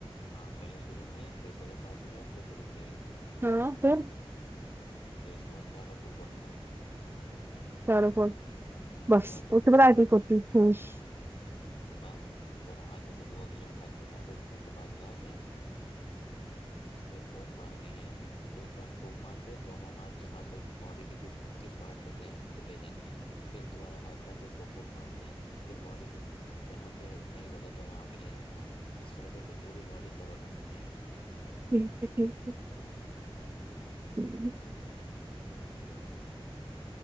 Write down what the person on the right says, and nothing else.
ہاں پھر
<unintelligible>
ٹھیک ہے ٹھیک ہے ہمم